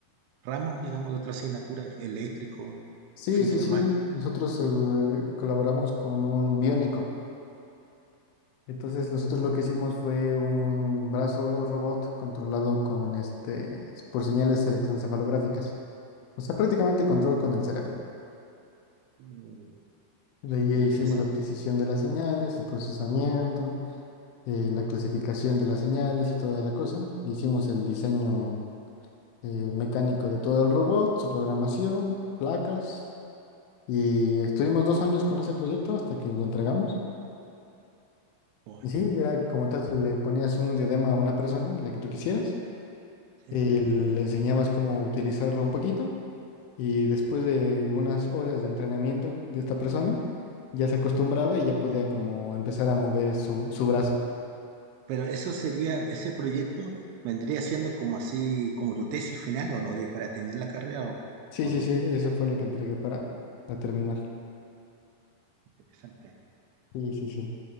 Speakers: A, on the right (about 80°); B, on the left (about 80°).
A: ramo, digamos, de otra asignatura, eléctrico,
B: Sí,
A: informático.
B: sí, sí. Nosotros
A: ¿Mm?
B: eh, colaboramos con un biónico. Entonces, nosotros lo que hicimos fue un brazo robot controlado con este, por señales electroencefalográficas. O sea, prácticamente control con el cerebro.
A: Mm,
B: De ahí
A: Interesante.
B: hicimos la adquisición de las señales, su procesamiento. eh, la clasificación de las señales y toda la cosa. Hicimos el diseño eh, mecánico de todo el robot, su programación, placas, y estuvimos dos años con ese proyecto hasta que lo entregamos.
A: Coño.
B: Y sí, era como tal, le ponías un diadema a una persona, la que tú quisieras,
A: sí.
B: y le enseñabas cómo utilizarlo un poquito, y después de unas horas de entrenamiento de esta persona, ya se acostumbraba y ya podía como empezar a mover su, su brazo.
A: Pero eso sería, ese proyecto vendría siendo como así, como tu tesis final o no, de, para terminar la carrera o,
B: Sí,
A: o
B: sí,
A: no.
B: sí, eso fue lo que entregué para, para terminar.
A: Interesante.
B: Sí, sí, sí.